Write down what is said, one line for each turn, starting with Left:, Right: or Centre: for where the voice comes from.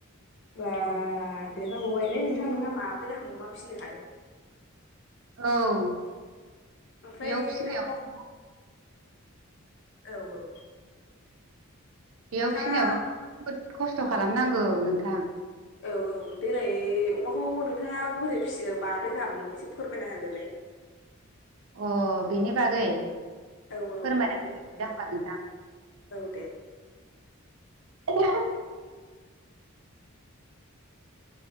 Left: बा देरहाग'बायलै नोंथां नोंहा माब्रै गाहाम अमा फिसिनो हादों।
Right: औ।
Left: ओमफ्राय
Right: बेयाव फिसिनायाव
Left: बे अमाखौ औ औ
Right: बेयाव
Left: नोंथाङा
Right: फिसिनायावबो जोबोद खस्थ' खालामनांगौ नोंथां।
Left: औ औ देलाय अमाखौ नोंथाङा बोरै फिसियो माब्रै गाहाम एसे फोरमायना होदोलाय
Right: अ बेनि बागै
Left: औ औ
Right: फोरमायनानै
Left: नोंथां दे बुंनाय
Right: होमबा नोंथां
Left: औ दे।
Right: <unintelligible>